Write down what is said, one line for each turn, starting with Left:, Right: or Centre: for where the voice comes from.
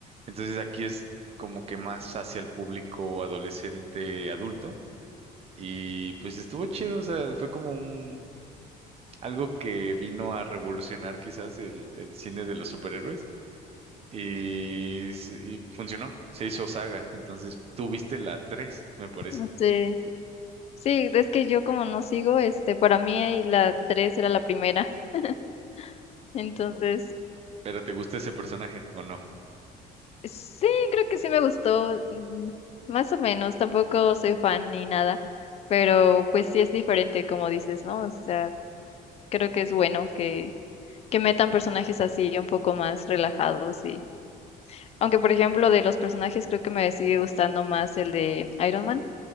Right: Entonces aquí es como que más hacia el público adolescente adulto y pues estuvo chido, o sea, fue como un algo que vino a revolucionar quizás el, el cine de los superhéroes y, s- y funcionó, se hizo saga, entonces tú viste la 3 me parece,
Left: no sé. Sí, es que yo como no sigo, este, para mí la tres era la primera. <laughs> Entonces,
Right: pero ¿te gusta ese personaje o no?
Left: sí, creo que sí me gustó, mm, más o menos, tampoco soy fan ni nada, pero pues sí es diferente como dices, ¿no? O sea, creo que es bueno que, que metan personajes así un poco más relajados y aunque por ejemplo de los personajes creo que me sigue gustando más el de Iron Man,